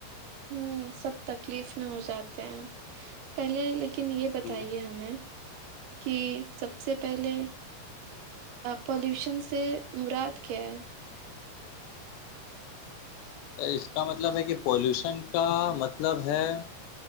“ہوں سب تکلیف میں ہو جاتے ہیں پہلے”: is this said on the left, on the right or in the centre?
Right